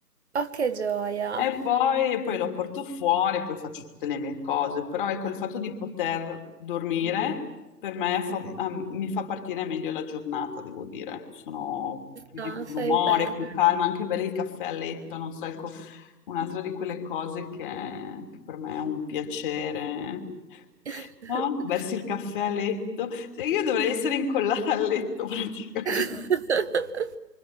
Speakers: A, on the right; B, on the left.
A: Oh, che gioia,
B: E poi, poi lo porto fuori, poi faccio tutte le mie cose, però ecco il fatto di poter dormire per me fa- Mm. ah, mi fa partire meglio la giornata, devo dire. Sono più
A: no,
B: di buon
A: fai
B: umore,
A: bene.
B: più calma, anche bere il caffè a letto, non so, ecco, un'altra di quelle cose che, che per me è un piacere. <laughs>
A: <laughs>
B: No? Bersi il caffè a letto. Se io dovrei essere incollata al letto <laughs> praticamente.
A: <laughs>